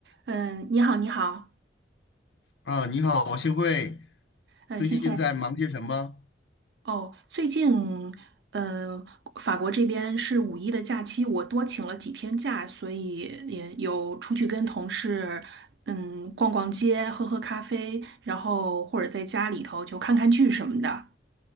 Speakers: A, on the right; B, on the left.
A: 嗯，你好，你好，
B: 啊，你好，幸会。
A: 嗯，
B: 最近在忙些什么？
A: 幸会。哦，最近，呃，法国这边是五一的假期，我多请了几天假，所以也有出去跟同事，嗯，逛逛街，喝喝咖啡，然后或者在家里头就看看剧什么的。